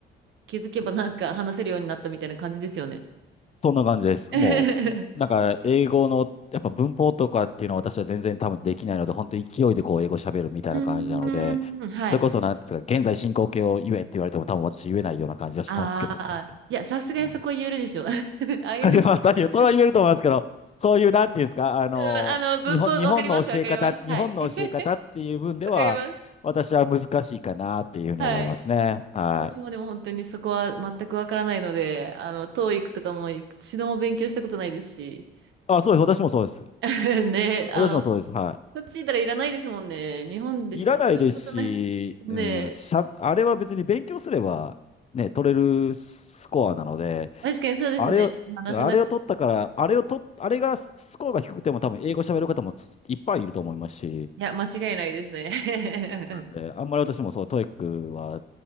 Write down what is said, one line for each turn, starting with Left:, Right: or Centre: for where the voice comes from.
Right: 気づけばなんか話せるようになったみたいな感じですよね。
Left: そんな感じです。
Right: <laughs>
Left: もう、
Right: う
Left: なんか、英語の、やっぱ文法とかっていうのは私は全然多分できないので、本当勢いでこう、英語喋るみたいな感じなので、
Right: ーん、はい。
Left: それこそ、なんですか、現在進行形を言えって言われても多分私言えないような感じはしてますけどね。
Right: ああ、いや、さすがにそこは言えるでしょ。
Left: はい
Right: <laughs> ING
Left: <laughs> いやいやそれは言えると思いますけど、そういう、なんていうんですか、あの、
Right: うん、あの、文法、
Left: 日本、
Right: わかります、
Left: 日本の教え方、
Right: わかります。はい。
Left: 日本の教え方っていう分では、
Right: <laughs> わかります。
Left: 私は難しいかなっていうふうに思いますね。
Right: はい。
Left: はい。
Right: 私もでも本当にそこは全くわからないので、あの、トーイ i とかも一度も勉強したことないですし、
Left: あ、そうです。私もそうです。
Right: <laughs> ね、あの、
Left: 私もそうです。はい。
Right: こっちいたらいらないですもんね。日本でしか使うことない。
Left: いらないですし、
Right: ねえ、
Left: うん、しゃ、あれは別に勉強すれば、ね、取れるスコアなので、
Right: 確かにそうですね。
Left: あれを、
Right: 話せなく、
Left: あれを取ったから、
Right: い
Left: あれを取っ、あれがスコアが低くても多分英語喋る方もいっぱいいると思いますし、
Right: や、間違いないですね。
Left: で、あんまり私もそう、トイックは